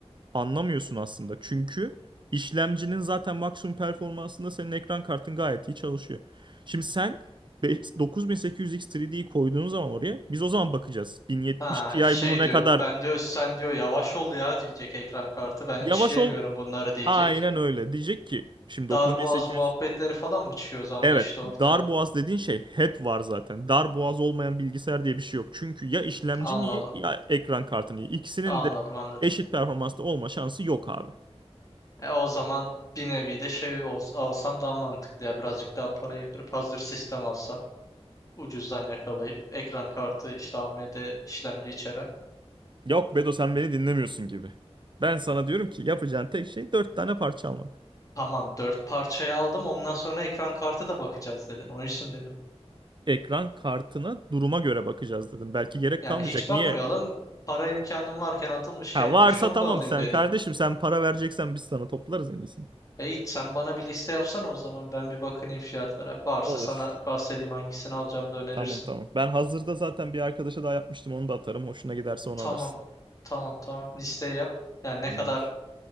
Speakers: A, on the right; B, on the left.
A: anlamıyorsun aslında. Çünkü işlemcinin zaten maksimum performansında senin ekran kartın gayet iyi çalışıyor. Şimdi sen be- 9800X 3D'yi koyduğun zaman oraya biz o zaman bakacağız. 1070
B: Ha
A: Ti
B: şey
A: bunu ne
B: diyor
A: kadar
B: ben diyor sen diyor yavaş ol ya diyecek ekran kartı ben
A: yavaş
B: işleyemiyorum
A: ol
B: bunları diyecek.
A: aynen öyle diyecek ki şimdi 9800
B: Darboğaz muhabbetleri falan mı çıkıyor o zaman
A: Evet,
B: da işte ortaya.
A: dar boğaz dediğin şey hep var zaten. Dar boğaz olmayan bilgisayar diye bir şey yok. Çünkü ya işlemcin
B: Anladım
A: iyi ya ekran kartın iyi. İkisinin
B: anladım
A: de
B: anladım.
A: eşit performansta olma şansı yok abi.
B: E o zaman bir nevi de şey ols- alsam daha mantıklı ya birazcık daha parayı kırıp hazır sistem alsam ucuzdan yakalayıp ekran kartı işte AMD işlemci içeren.
A: Yok Bedo sen beni dinlemiyorsun gibi. Ben sana diyorum ki yapacağın tek şey dört tane parça almak.
B: Tamam dört parçayı aldım ondan sonra ekran kartı da bakacağız dedin onun için dedim.
A: Ekran kartına duruma göre bakacağız dedim. Belki gerek
B: Yani
A: kalmayacak.
B: hiç bakmayalım
A: Niye?
B: para imkanım varken atılmışken
A: Ha varsa
B: bu işe onu
A: tamam
B: da alayım
A: sen
B: diye
A: kardeşim
B: dedim.
A: sen para vereceksen biz sana toplarız en iyisini.
B: E, Yiğit, sen bana bir liste yapsana o zaman. Ben bir bakınayım fiyatlara. Varsa
A: Olur.
B: sana bahsedeyim hangisini alacağım da önerirsin.
A: Tamam tamam. Ben hazırda zaten bir arkadaşa daha yapmıştım onu da atarım. Hoşuna giderse onu
B: Tamam.
A: alırsın.
B: Tamam tamam. Listeyi yap. Yani ne
A: Tamamdır.
B: kadar